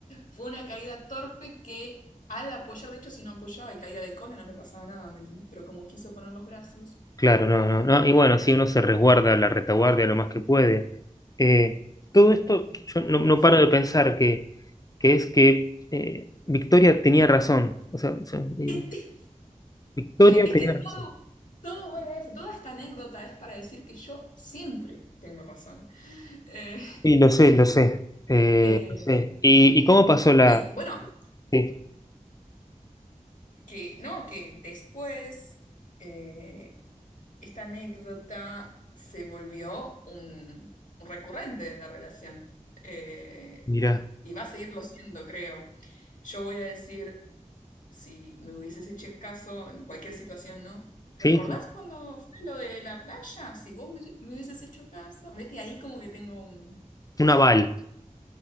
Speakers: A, on the left; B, on the left.
A: fue una caída torpe que al apoyar, de hecho, si no apoyaba y caía de cola no le pasaba nada, ¿me entendés? Pero como quiso poner los brazos,
B: claro, no, no,
A: eh,
B: no. Y bueno, sí, uno se resguarda la retaguardia lo más que puede. Eh, todo
A: mm,
B: esto, yo no, no
A: sí.
B: paro de pensar que, que es que eh, Victoria tenía razón. O sea, o sea, eh,
A: <laughs>
B: Victoria
A: Es
B: tenía
A: que
B: razón.
A: todo, todo vuelve a eso, toda esta anécdota es para decir que yo siempre tengo razón. Eh,
B: Sí, lo sé, lo sé. Eh,
A: <laughs>
B: lo sé.
A: eh,
B: ¿Y, y cómo pasó la...?
A: y bueno,
B: Sí,
A: que no, que después eh, esta anécdota se volvió un, un recurrente en la relación. Eh,
B: mirá,
A: y va a seguirlo siendo, creo. Yo voy a decir, si me hubieses hecho caso en cualquier situación, ¿no? ¿Recordás
B: sí, sí,
A: cuando fue lo de la playa? Si vos me, me hubieses hecho caso. Ves que ahí como que tengo un...
B: un aval.